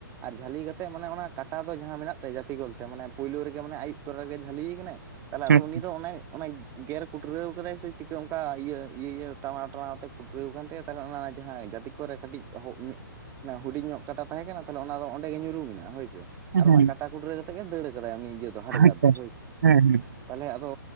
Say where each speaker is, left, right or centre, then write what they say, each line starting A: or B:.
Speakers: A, on the right; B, on the right.
A: ᱟᱨ ᱡᱷᱟᱹᱞᱤ ᱠᱟᱛᱮᱜ ᱛᱮᱜ ᱢᱟᱱᱮ ᱚᱱᱟ ᱠᱟᱴᱟ ᱫᱚ ᱡᱟᱦᱟᱸ ᱢᱮᱱᱟᱜ ᱛᱟᱭᱟ ᱡᱟᱹᱛᱤ ᱠᱚᱞ ᱛᱮ ᱢᱟᱱᱮ ᱯᱩᱭᱞᱩ ᱨᱮᱜᱮ ᱢᱟᱱᱮ ᱟᱭᱩᱵ ᱛᱚᱨᱟ ᱨᱮᱭ ᱡᱷᱟᱹᱞᱤᱭ ᱠᱟᱱᱟᱭ ᱛᱟᱦᱞᱮ
B: ᱦᱩᱸ
A: ᱟᱫᱚ ᱩᱱᱤ ᱫᱚ ᱚᱱᱮᱭ ᱚᱱᱟᱵ ᱜᱮᱨ ᱠᱩᱴᱨᱟᱹᱣ ᱠᱟᱫᱟᱭ ᱥᱮ ᱪᱤᱠᱟᱹ ᱚᱱᱠᱟ ᱤᱭᱟᱹ ᱤᱭᱟᱹᱭᱼᱭᱟᱹ ᱴᱟᱱᱟᱣ ᱴᱟᱱᱟᱣ ᱛᱮ ᱠᱩᱴᱨᱟᱹᱣ ᱠᱟᱱ ᱛᱟᱭᱟ ᱛᱟᱦᱞᱮ ᱚᱱᱟ ᱡᱟᱦᱟᱸ ᱡᱟᱹᱛᱤ ᱠᱚ ᱠᱚᱨᱮ ᱠᱟᱹᱴᱤᱡ ᱦᱚᱜ ᱢᱤᱫ ᱚᱱᱟ ᱦᱩᱰᱤᱧ ᱧᱚᱜᱼᱟ ᱠᱟᱴᱟ ᱛᱟᱦᱮᱸ ᱠᱟᱱᱟ ᱛᱟᱦᱞᱮ ᱚᱱᱟ ᱫᱚ ᱚᱸᱰᱮ ᱜᱮ ᱧᱩᱨᱩ ᱢᱮᱱᱟᱜ-ᱟ ᱦᱳᱭ ᱥᱮ
B: ᱦᱩᱸ
A: ᱟᱨ
B: ᱦᱩᱸ
A: ᱚᱱᱟ ᱠᱟᱴᱟ ᱠᱩᱴᱨᱟᱹ ᱠᱟᱛᱮᱜᱮ ᱫᱟᱹᱲ ᱠᱟᱫᱟᱭ ᱩᱱᱤ ᱤᱡᱟᱹ ᱫᱚ ᱦᱟᱰᱜᱟᱨ
B: ᱟᱪᱪᱷᱟ
A: ᱫᱚ
B: ᱦᱮᱸ ᱟᱪᱪᱷᱟ
A: ᱦᱳᱭ ᱥᱮ
B: ᱦᱮᱸ ᱦᱮᱸ
A: ᱛᱟᱦᱞᱮ ᱟᱫᱚ